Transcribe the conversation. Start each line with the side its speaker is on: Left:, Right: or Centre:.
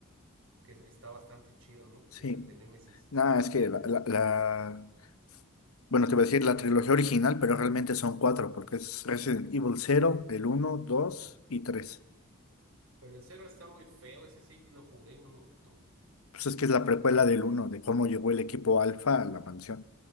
Right: porque es- está bastante chido, ¿no? Porque
Left: Sí.
Right: es el de Nemesis.
Left: Nada, es que la, la, la- Bueno, te iba a decir la trilogía original, pero realmente son cuatro, porque es Resident Evil cero el uno 2 y tres
Right: Pero el cero está muy feo, ese sí lo jugué y no me gustó.
Left: Pues es que es la precuela del uno de cómo llegó el equipo Alfa a la mansión.